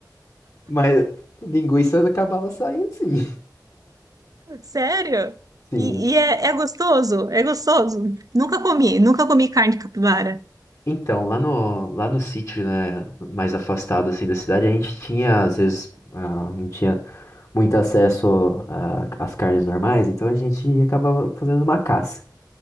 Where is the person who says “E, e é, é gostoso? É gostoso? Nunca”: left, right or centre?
Right